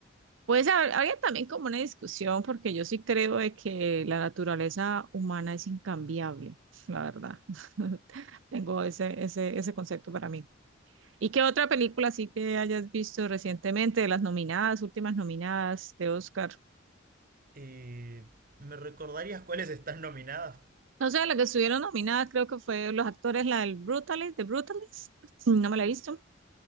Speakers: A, on the right (about 80°); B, on the right (about 50°).
A: Pues hab- habría también como una discusión, porque yo sí creo de que la naturaleza humana es incambiable, la verdad. <laughs> Tengo ese, ese, ese concepto para mí. ¿Y qué otra película sí que hayas visto recientemente de las nominadas, últimas nominadas de Oscar?
B: Eh, ¿me recordarías cuáles están nominadas?
A: No sé, la que estuvieron nominadas creo que fue los actores, la del Brutalist, de Brutalist, <clears throat> no me la he visto.